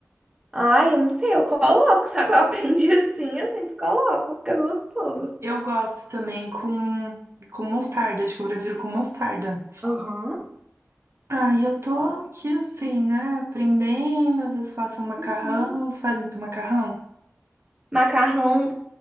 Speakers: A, on the right; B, on the right.
A: Ai, eu não sei, eu coloco, sabe? Eu <laughs> aprendi assim, eu sempre coloco, fica gostoso.
B: Eu gosto também com, com mostarda, acho que eu prefiro com mostarda.
A: Aham.
B: Ah, e eu tô aqui assim, né, aprendendo, às vezes faço um macarrão,
A: Hum.
B: você faz muito macarrão?
A: Macarrão,